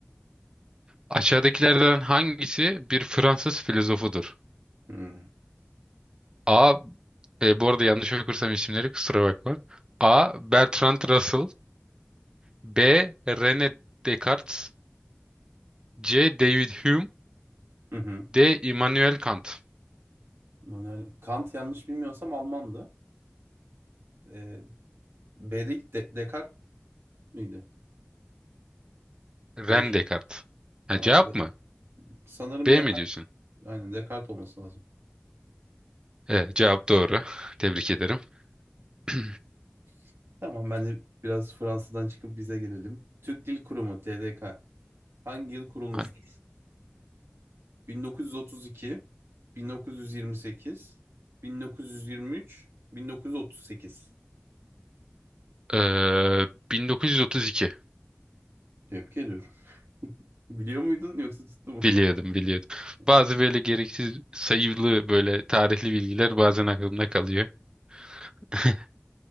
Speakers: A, on the right (about 20°); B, on the right (about 80°).
A: aşağıdakilerden hangisi bir Fransız filozofudur?
B: Hmm.
A: A. E, bu arada yanlış okursam isimleri kusura bakma. A. Bertrand Russell. B. René Descartes. C. David Hume.
B: <laughs>
A: D. Immanuel Kant.
B: Immanuel Kant yanlış bilmiyorsam Almandı. Ee, B'de De- Descartes miydi?
A: René
B: B şık.
A: Descartes. Ha,
B: Tamam.
A: cevap
B: De-
A: mı?
B: sanırım
A: B
B: Descartes.
A: mi diyorsun?
B: Aynen Descartes olması lazım.
A: Evet, cevap doğru. <laughs> Tebrik ederim.
B: Ee,
A: <clears throat>
B: <laughs> Tamam ben de biraz Fransa'dan çıkıp bize gelelim. Türk Dil Kurumu TDK hangi yıl kurulmuştur?
A: Ay.
B: 1932, 1928, 1923, 1938.
A: Ee, 1932
B: Tebrik ediyorum. Biliyor muydun yoksa tuttu mu?
A: biliyordum biliyordum.
B: Ee,
A: Bazı böyle gereksiz sayılı böyle tarihli bilgiler bazen aklımda kalıyor. <laughs>